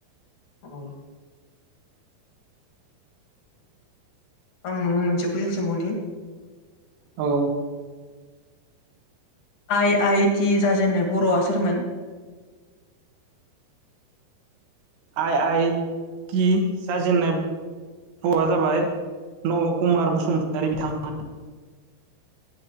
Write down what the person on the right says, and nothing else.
औ
आइ आइ टि जाजेन्नाय भआ जाबाय नब कुमार बसुमतारि बिथांमोन